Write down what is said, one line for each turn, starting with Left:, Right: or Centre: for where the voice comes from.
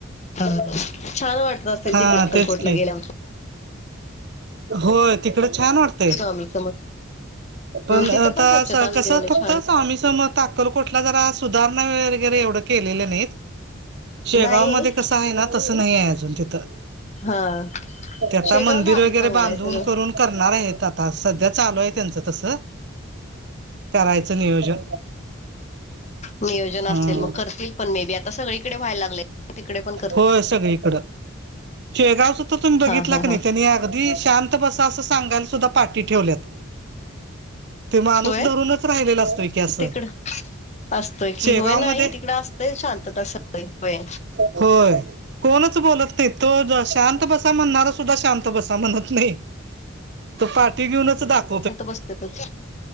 Left: ह छान वाटत. असेल
Right: हा
Left: तिकडे अक्कलकोटला
Right: तेच कि
Left: गेल्यावर
Right: होय तिकड छान वाटतंय.
Left: <unintelligible>
Right: पण
Left: तिथं
Right: आता
Left: स्वच्छता असते
Right: कस
Left: म्हणे
Right: फक्त
Left: छान
Right: स्वामीही समर. अक्कलकोटला जरा एवढे सुधारणा केलेले नाहीत शेगाव
Left: नाही
Right: मध्ये कस? आहे ना तसं नाही आहे अजून तिथं.
Left: हा
Right: ते आता
Left: शेगावला
Right: मंदिर
Left: आहे
Right: वगैरे
Left: चांगलं
Right: बांधून
Left: आहे सगळं
Right: करून करणार आहेत आता सध्या चालू आहे. त्यांच तस करायचं नियोजन
Left: नियोजन असेल
Right: हं
Left: मग करतील पण मे बी आता सगळीकडे व्हायला लागले. तिकडे पण कर
Right: होय सगळी इकडं. शेगावच तर तुम्ही बघितलं
Left: हा हा
Right: क नाही
Left: हा
Right: त्यांनी अगदी शांत बसा असं सांगायला सुद्धा पाठी ठेवल्यात. ते माणूस
Left: होय
Right: धरूनच राहिलेला असतोय की असं.
Left: तिकड असतोय की
Right: शेगावमध्ये
Left: होय नाही तिकड असतंय शांतता सगळी होय.
Right: होय कोणच बोलत नाही तो शांत बसा म्हणणार. तो शांत बसा म्हणत नाही त पाठी घेऊनच दाख.
Left: आता बसत त